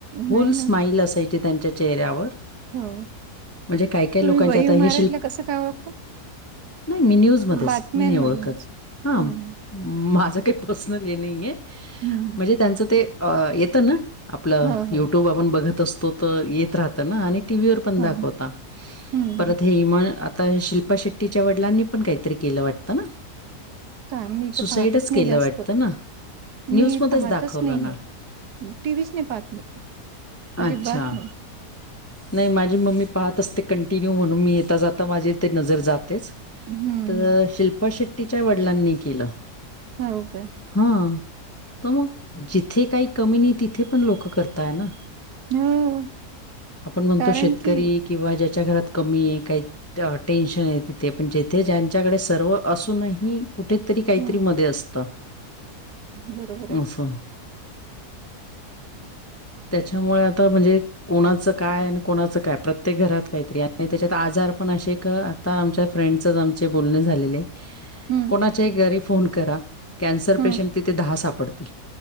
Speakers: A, on the left; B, on the right.
A: फुल
B: नाही
A: स्माईल
B: ना
A: असायची त्यांच्या चेहऱ्यावर.
B: हो
A: म्हणजे काय-काय
B: तुम्ही
A: लोकांचे
B: भैयू
A: आता हे
B: महाराजला
A: शिल्प
B: कसं काय वागतं?
A: नाही मी न्यूज मध्येच
B: बातम्यांमधूनच
A: मी नाही ओळखत हां.
B: हम्म
A: माझं काही पर्सनल हे नाही आहे
B: हम्म
A: म्हणजे त्यांचं ते आ येतं ना आपलं
B: हो
A: युट्यूब
B: हो
A: आपण बघत असतो तर येत राहतं ना आणि टी व्ही वर पण
B: हो
A: दाखवता
B: हम्म
A: परत हे मग आता हे शिल्पा शेट्टीच्या वडी लांनी पण काहीतरी केलं वाटतं ना.
B: ता मी तर
A: सुसाईडच
B: पाहतच नाही
A: केलं
B: जास्त.
A: वाटतं ना?
B: मी
A: न्यूजमध्येच
B: पाहतच
A: दाखवलं
B: नाही
A: ना?
B: हे टी व्ही च नाही पाहत मी. आजिबात
A: अच्छा.
B: नाय.
A: नाही माझी मम्मी पाहत असते कंटिन्यू म्हणून मी येेता जाता माझी ते नजर जातेच.
B: हम्म.
A: तर
B: हम्म
A: शिल्पा शेट्टीच्या वडिलांनी केलं.
B: हाव काय?
A: हा तर मग जिथे काही कमी नाही तिथे पण लोकं करताय ना.
B: हो
A: आपण म्हणतो
B: कारण
A: शेतकरी
B: की
A: किंवा ज्याच्या घरात कमी आहे काही टेन्शन आहे तिथे पण जिथे ज्यांच्याकडे सर्व असूनही कुठेत तरी
B: हम्म
A: काहीतरी मध्ये असतं
B: बरोबर आहे
A: असं.
B: <inaudible>
A: त्याच्यामुळे आता म्हणजे कोणाचं काय आणि कोणाचं काय प्रत्येक घरात काहीतरी आणि त्याच्यात आजार पण अशे एक आता आमच्यात फ्रेंड्सचाच आमचे बोलणे झालेले
B: हम्म
A: कोणाच्याही घरी फोन करा कॅन्सर
B: हम्म
A: पेशंट तिथे दहा सापडतील.